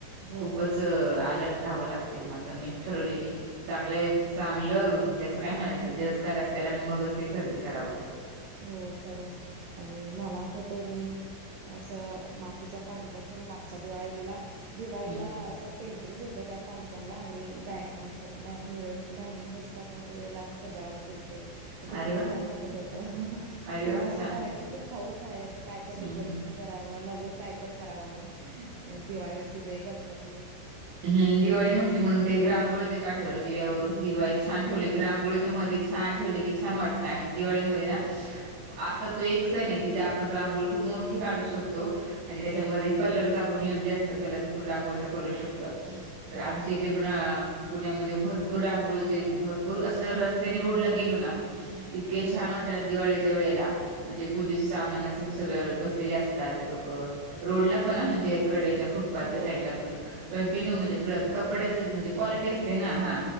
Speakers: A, on the right; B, on the right.
A: हो
B: खूपच
A: ना
B: अलर्ट राहावं लागत ते म आता मी ठरवले की चांगले चांगलं त्याचं काय म्हणायचं जज करायचं त्याला मगच ते खरेदी करावं
A: हो खरंच आणि मला आठवते मी असं मातीच्या पंक्त्या घेऊन मागच्या दिवाळीला दिवाळीला
B: हम्म
A: असं पेंट फटिंग केलत त्या पांगत्यांला आणि डाय अस मिरर डायमंड्स असतात ना ते लावून सजावट खेळते तर ते
B: अरे
A: खूप
B: वा
A: छान वाटत होतं
B: अरे
A: तर ते
B: वा
A: माे
B: छान
A: करायचे खूप हाऊस आहे असं काय तर
B: हम्म
A: डेकोरेशन
B: हम्म
A: कराव नवीन काय तर करावं दिवाळी असू दे गणपती
B: ह् दिवाळी म्हटली म्हणून ते रांगोळच काठवलं दिव्यावरून दिवाळी छान ठेवली क रांगोळीच्या मध्ये छान ठेवले की छान वाटत आणि दिवाळीमध्ये ना
A: हो
B: असा तो एक सण आहे जिथे आपण रांगोळी खूप मोठी काढू शकतो आणि त्याच्यामध्ये
A: हो
B: कलर चा पण युज जास्त कलर फुल रांगोळीचा करु शकत तर
A: हो
B: आमच्या इथे
A: बरोबर
B: पण पुण्यामध्ये भरपूर रांगोळीचे भरपूर असं रस्त्याने रोड ला गेलो ना इतके
A: हो
B: छान वाट दिवाळीच्या वेळेला म्हणजे पूजे सामान बस असतात लोक रोडला पण म्हणजे कडेच्या च्या
A: हो
B: साईडला पण कंटिन्यू म्हणजे
A: हो
B: कपड्याची म्हणजे क्वालिटी असते ना हा